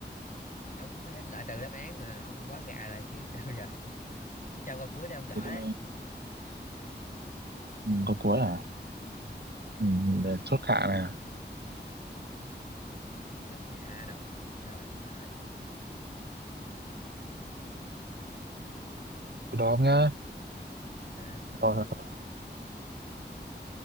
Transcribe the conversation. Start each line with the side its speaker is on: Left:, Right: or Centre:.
Left: để ông có thể loại trừ đáp án mà ông quá gà rồi chứ <laughs> sao giờ tôi cho câu cuối để ông gỡ
Right: thì tôi
Left: đấy
Right: ừ, có cuối à
Left: ừ.
Right: ừ, để chốt hạ nè
Left: chốt hạ đồ trời ơi trời
Right: tôi đó nhá
Left: ok
Right: rồi, rồi, rồi.